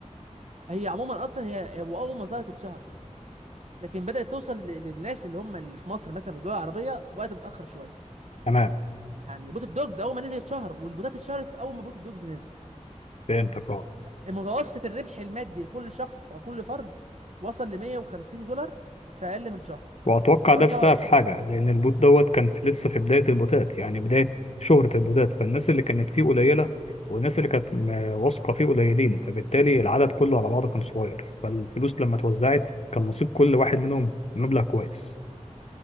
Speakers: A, on the right; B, on the left.
A: هي عموما اصلا هي هو اول ما ظهرت اتشهرت لكن بدات توصل ل- للناس اللي هم اللي في مصر مثلا والدول العربيه وقت متاخر شويه
B: تمام
A: يعني بوت الدوجز اول ما نزل اتشهر والبوتات اتشهرت في اول ما بوت الدوجز نزل
B: فهمتك اه
A: المتوسط الربح المادي لكل شخص او كل فرد وصل ل 150 دولار في اقل من شهر
B: وأتوقع
A: حوالي
B: ده بسبب
A: 27
B: حاجة لأن البوت دوت كان في لسه في بداية البوتات يعني بداية شهرة البوتات فالناس اللي كانت فيه قليلة والناس اللي كانت م- واثقة فيه قليلين فبالتالي العدد كله على بعضه كان صغير فالفلوس لما اتوزعت كان نصيب كل واحد منهم مبلغ كويس